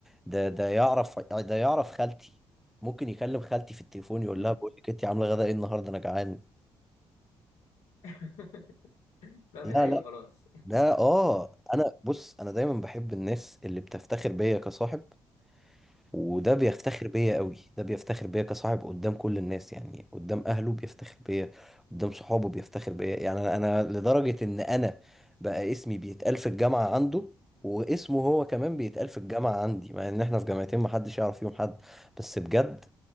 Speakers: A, in the centre; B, on the left.
A: ده ده يعرف ده يعرف خالتي ممكن يكلم خالتي في التليفون يقول
B: مم.
A: لها بقول لك انت عامله غدا ايه النهارده انا جعان
B: <laughs> بقى من
A: لا
B: عيله
A: لا
B: خلاص <laughs>
A: ده اه انا بص انا دايما بحب الناس اللي بتفتخر بيا كصاحب وده بيفتخر
B: اه
A: بيا قوي ده بيفتخر بيا كصاحب قدام كل الناس يعني قدام اهله بيفتخر بيا قدام صحابه بيفتخر بيا يعني انا أنا لدرجة ان انا بقى اسمي بيتقال في الجامعة عنده واسمه هو كمان بيتقال في
B: مم.
A: الجامعة عندي مع ان احنا في جامعتين محدش يعرف فيهم حد بس بجد